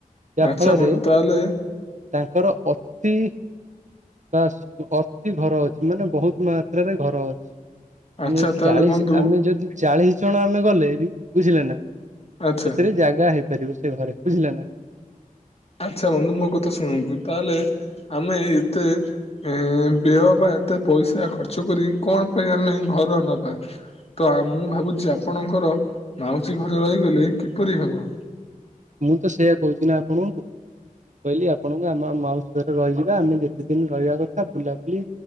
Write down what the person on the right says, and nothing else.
ଯାହା
ଫଳରେ
ତାଙ୍କର ବା ଅତି ବାସ ଅତି ଘର ଅଛି ମାନେ ବହୁତ ମାତ୍ରାରେ ଘର ଅଛି।
ଆମେ ଯଦି
ଚାଳିଶ
ଆମେ ଯଦି ଚାଳିଶ ଜଣ ଆମେ ଗଲେ ବି ବୁଝିଲେ ନା
ସେଥିରେ ଜାଗା ହେଇପାରିବ ସେ ଘରେ ବୁଝିଲେ ନା।
ଆଜ୍ଞା।
ମୁଁ ତ ସେଇୟଆା କହୁଛି ନା ଆପଣଙ୍କୁ। ମୁଁ କହିଲି ଆପଣଙ୍କୁ ଆମ ମାଉସୀ ଘରେ ରହିଯିବା ଆମେ ଯେତେ ଦିନ ରହିବା କଥା ବୁଲାବୁଲି